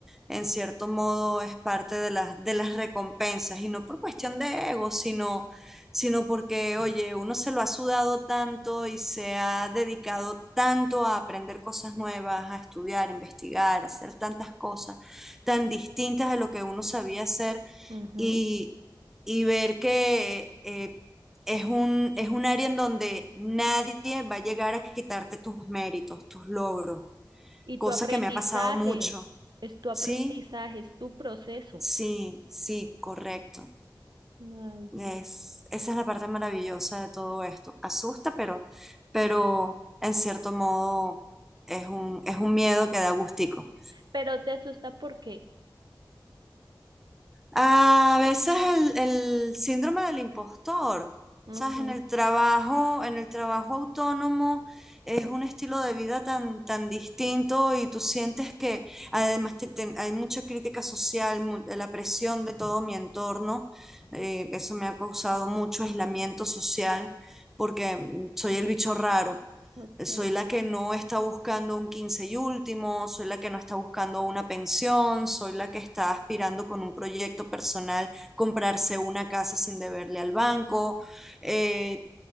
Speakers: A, in the centre; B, on the right.
A: en cierto modo es parte de las, de las recompensas, y no por cuestión de ego, sino, sino porque, oye, uno se lo ha sudado tanto y se ha dedicado tanto a aprender cosas nuevas, a estudiar, investigar, a hacer tantas cosas tan distintas a lo que uno sabía hacer
B: Ujú.
A: y, y ver que... eh, es un, es un área en donde nadie va a llegar a quitarte tus méritos, tus logros,
B: Y
A: cosa
B: tu aprendizaje,
A: que me ha pasado mucho,
B: es tu aprendizaje,
A: ¿sí?
B: es tu proceso.
A: Sí, sí, correcto.
B: Ay, Dios.
A: Es, esa es la parte maravillosa de todo esto. Asusta, pero, pero en cierto modo es un, es un miedo que da gustico.
B: Pero te asusta porque,
A: A veces el, el síndrome del impostor,
B: ujú,
A: ¿sabes? En el trabajo, en el trabajo autónomo es un estilo de vida tan, tan distinto y tú sientes que además te- te- hay mucha crítica social, mu- la presión de todo mi entorno, eh, eso me ha causado mucho aislamiento social porque mm, soy el bicho raro
B: Ok,
A: soy la que no está buscando un quince y último, soy la que no está buscando una pensión, soy la que está aspirando con un proyecto personal comprarse una casa sin deberle al banco, eh,